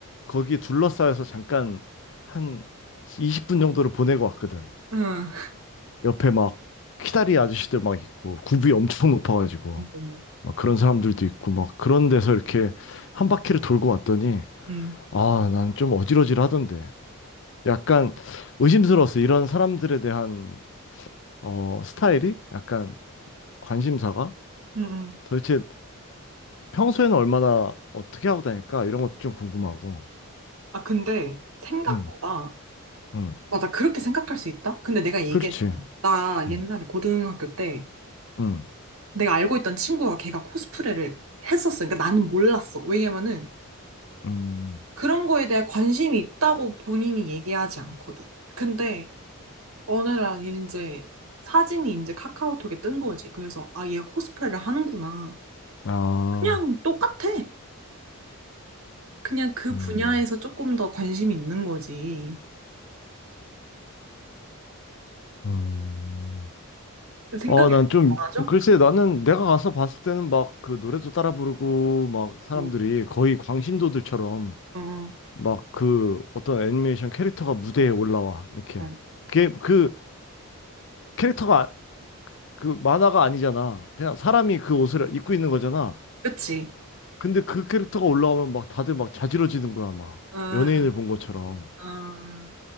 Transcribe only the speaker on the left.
거기에 둘러싸여서 잠깐 한 20분 정도를 보내고 왔거든.
옆에 막 키다리 아저씨들 막 있고 굽이 엄청 높아가지고
막 그런 사람들도 있고 막 그런 데서 이렇게 한 바퀴를 돌고 왔더니
아, 난 좀 어질어질하던데. 약간 의심스러웠어. 이런 사람들에 대한 어, 스타일이 약간 관심사가
도대체 평소에는 얼마나 어떻게 하고 다닐까? 이런 것도 좀 궁금하고.
응 응
그렇지.
응
응
음.
아,
음,
음.
어, 난 좀,
글쎄, 나는 내가 가서 봤을 때는 막 그 노래도 따라 부르고, 막 사람들이
거의 광신도들처럼
막 그 어떤 애니메이션 캐릭터가 무대에 올라와. 이렇게.
그게 그 캐릭터가 아- 그 만화가 아니잖아. 그냥 사람이 그 옷을 입고 있는 거잖아.
근데 그 캐릭터가 올라오면 막 다들 막 자지러지는 거야, 막.
연예인을 본 것처럼.